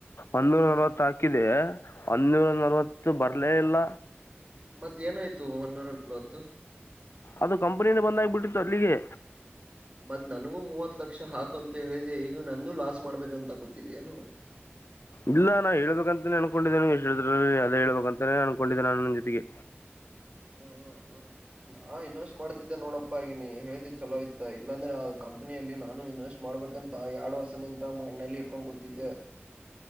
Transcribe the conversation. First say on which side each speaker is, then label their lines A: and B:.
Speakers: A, on the left; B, on the right.
A: ಒಂದೂರ
B: ಹ
A: ನರವತ್ತು ಹಾಕಿದೆ ಒಂದೂರ ನರವತ್ತು ಬರ್ಲೇ ಇಲ್ಲ
B: ಮತ್ತ ಏನಾಯ್ತು ಒನ್ನೂರ ನಲ್ವತ್ತು
A: ಅದು ಕಂಪನಿಯಿಂದ ಬಂದಾಗಬಿಟ್ಟಿತ್ತು ಅಲ್ಲಿಗೆ
B: ಮತ್ ನನಗೂ ಮೂವತ್ ಲಕ್ಷ ಹಾಕು ಅಂತ ಹೇಳಿದೆ ಈಗ ನಂದುೂ ಲಾಸ್ ಮಾಡ್ಬೇಕಂತ ಕೂತಿದ ಏನೋ
A: ಇಲ್ಲ ನಾ ಹೇಬೇಕಂತಾನೇ ಅನ್ಕೊಂಡಿದ್ದೆ ಎಷ್ಟುರಲ್ಲಿ ಅದೇ ಹೇಬೇಕ ಅಂತಾನೇ ಅನ್ಕೊಂಡಿದ್ದೆ ನುನ್ನ ಜತೆಗೆ
B: ಹ ಹ ನಾ ಇನ್ವೆಸ್ಟ್ ಮಾಡ್ತಿದ್ದೆ ನೋಡಪ್ಪಾ ಈಗ ನೀ ಹ ಹೇಳ್ದಿ ಚಲೋಯ್ತ ಇಲ್ಲಾಂದ್ರೆ ಆ ಕಂಪನಿಯಲ್ಲಿ ನಾನು ಇನ್ವೆಸ್ಟ್ ಮಾಡಬೇಕಂತ ಎರಡು ವರ್ಷ ನಿಂತ ಮಣ್ಣಲ್ಲಿ ಇಟ್ಕೊಂಡು ಕೂತಿದ್ದೆ